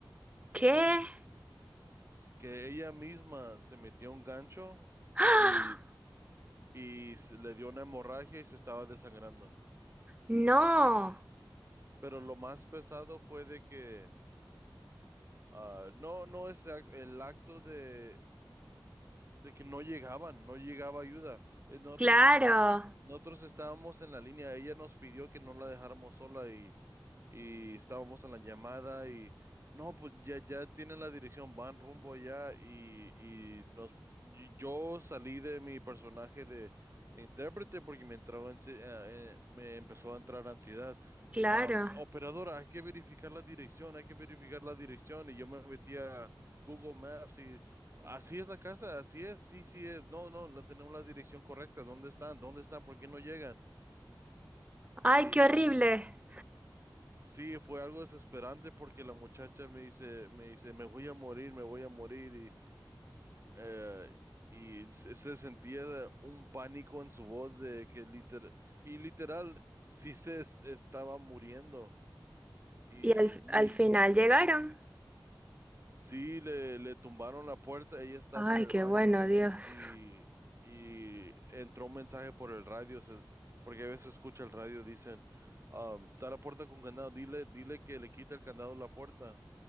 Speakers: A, on the right (about 15°); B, on the right (about 35°).
A: ¿Qué?
B: Así Que ella misma se metió un gancho
A: ¡Ah!
B: y, y se- le dio una hemorragia y se estaba desangrando.
A: No,
B: Pero lo más pesado fue de que, ah, no, no es act- el acto de, de que no llegaban, no llegaba ayuda. Eh, Nosotros
A: claro,
B: Nosotros estábamos en la línea, ella nos pidió que no la dejáramos sola y, y estábamos en la llamada y no, pues ya, ya tienen la dirección, van rumbo allá y, y nos, y- yo salí de mi personaje de, de intérprete porque me entraba ansi- eh, eh, me empezó a entrar ansiedad
A: claro.
B: Um, operadora, hay que verificar la dirección, hay que verificar la dirección. Y yo me metí a Google Maps y así es la casa, así es, sí, sí es. No, no, la tenemos la dirección correcta. ¿Dónde están? ¿Dónde están? ¿Por qué no llegan?
A: Ay,
B: Y
A: qué horrible.
B: hasta, sí, fue algo desesperante porque la muchacha me dice, me dice, me voy a morir, me voy a morir. Y, eh, y se, se sentía un pánico en su voz de que literal, y literal, sí se es- estaba muriendo. Y
A: Y al,
B: ni,
A: al final llegaron.
B: Sí, le, le tumbaron la puerta, ella estaba
A: Ay,
B: en el
A: qué
B: baño
A: bueno, Dios.
B: y, y entró un mensaje por el radio, se- porque a veces escucha el radio, dicen, um, está la puerta con candado, dile, dile que le quite el candado a la puerta.